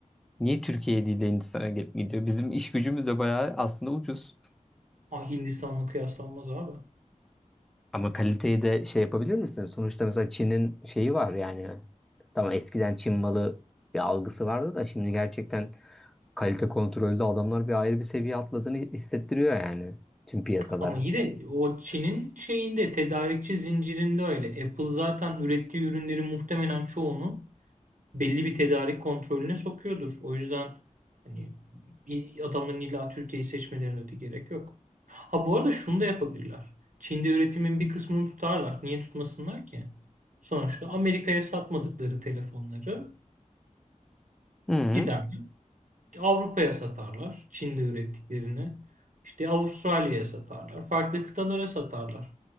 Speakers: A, in the centre; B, on the right.
A: Niye Türkiye değil de Hindistan'a gidip gidiyor? Bizim iş gücümüz de bayağı aslında ucuz.
B: Ah Hindistan'la kıyaslanmaz abi.
A: Ama kaliteyi de şey yapabilir misiniz? Sonuçta mesela Çin'in şeyi var yani. Tamam eskiden Çin malı bir algısı vardı da şimdi gerçekten kalite kontrolde adamlar bir ayrı bir seviye atladığını hissettiriyor yani tüm piyasalara.
B: Ama yine o Çin'in şeyinde tedarikçi zincirinde öyle. Apple zaten ürettiği ürünlerin muhtemelen çoğunu belli bir tedarik kontrolüne sokuyordur. O yüzden hani i- adamların illa Türkiye'yi seçmelerine de gerek yok. Ha bu arada şunu da yapabilirler. Çin'de üretimin bir kısmını tutarlar. Niye tutmasınlar ki? Sonuçta Amerika'ya satmadıkları telefonları
A: Hı,
B: giderler. Avrupa'ya satarlar. Çin'de ürettiklerini. İşte Avustralya'ya satarlar. Farklı kıtalara satarlar.